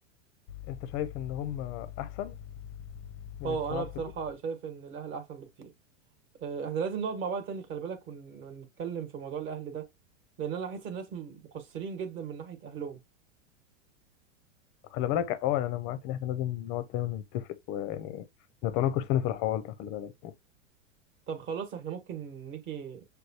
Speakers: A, on the left; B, on the right.
A: أنت شايف إن هم أحسن من
B: اه
A: الصحافة
B: انا بصراحه
A: دي؟
B: شايف ان الاهل احسن بكتير آه، احنا لازم نقعد مع بعض تاني خلي بالك ون... ونتكلم في موضوع الاهل ده لان انا احس الناس مقصرين جدا من ناحيه اهلهم
A: خلي بالك أه يعني أنا معاك إن إحنا لازم نقعد تاني نتفق ويعني نتناقش تاني في الحوار ده خلي بالك
B: طب خلاص احنا ممكن نيجي